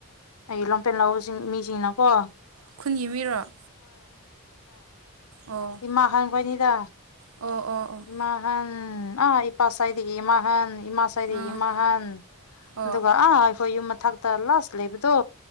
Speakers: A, on the left; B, on the right.
A: ꯑꯩ ꯂꯝꯐꯦꯜ ꯂꯧꯕꯁꯤꯡ ꯃꯤꯁꯤꯡꯅꯀꯣ
B: ꯈꯨꯟꯒꯤ ꯃꯤꯔꯣ ꯑꯣ ꯑꯣ
A: ꯃꯥ ꯍꯡꯕꯅꯤꯗ
B: ꯑꯣ ꯑꯣ ꯑꯣ
A: ꯏꯃꯥꯍꯟ ꯑꯥ ꯏꯄꯥ ꯁꯥꯏꯗꯒꯤ ꯏꯃꯥꯍꯥꯟ ꯏꯃꯥ ꯉꯔꯤ
B: ꯑꯥ
A: ꯏꯃꯥꯍꯥꯟ
B: ꯑꯣ
A: ꯑꯗꯨꯒ ꯑꯥ ꯑꯩꯈꯣꯏ ꯌꯨꯝ ꯃꯊꯛꯇ ꯂꯥꯁ ꯂꯩꯕꯗꯣ